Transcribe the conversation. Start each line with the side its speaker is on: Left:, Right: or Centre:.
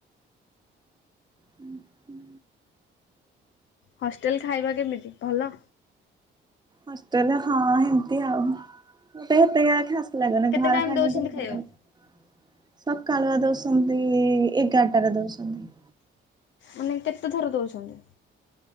Right: ହୁଁ ହୁଁ।
Left: ହଷ୍ଟେଲ ଖାଇବା କେମିତି ଭଲ?
Right: ହଷ୍ଟେଲ ହଁ ହେମିତି ଆଉ ଏତେ କ
Left: କେତେ ଟାଇମ
Right: <unintelligible>
Left: ଦଉଛନ୍ତି ଖାଇବାକୁ
Right: <unintelligible> ସକାଳୁଆ ଦଉଛନ୍ତି ଏଗାରଟା ରେ ଦଉସନ୍ତି।
Left: ମାନେ କେତେ ଥର ଦଉଛନ୍ତି?